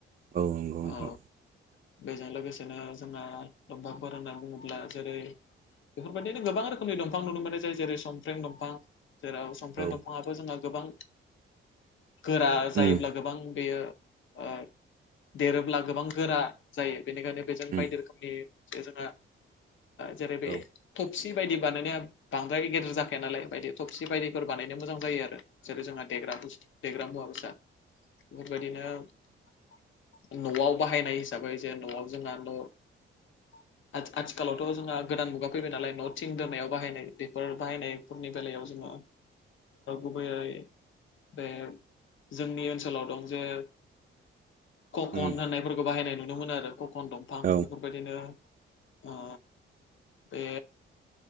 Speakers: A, on the right (about 45°); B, on the left (about 65°).
A: औ नंगौ नोंथां
B: औ बेजों लोगोसेनो जोंना दंफांफोर होनना बुङोब्ला जेरै बेफोरबायदिनो गोबां रोखोमनि दंफां नुनो मोननाय जाय जेरै संफ्र्रें दंफां जेराव संफ्र्रें
A: औ
B: दंफाङाबो जोंहा गोबां गोरा जायोब्ला
A: उम
B: गोबां बेयो ओ देरोब्ला गोबां गोरा जायो बेनिखायनो बेजों
A: उम
B: बायदि रोखोमनि जोंहा जेरै बे
A: औ
B: थब थबसि बायदि बानायनाया बांद्राय गेदेर जाखाया नालाय बायदि थबसि बायदिफोर बानायनो मोजां जायो आरो जेरै जोंहा देग्रा मुवा बेसाद बेफोरबायदि न'आव बाहायनाय हिसाबै जे न'आव जोंना न' <inaudible> आथिखालावथ जोंहा गोदान मुगा फैबाय नालाय न' थिं दोननायाव बाहायनाय बेफोर बाहायनायफोरनि बेलायाव जोङो गुबैयै बे जोंनि ओनसोलाव दं जे ककन
A: उम
B: होननायफोरखौ बाहायनाय नुनो मोनो आरो ककन दंफां
A: औ
B: बेफोरखौ बेबायदिनो ओ बे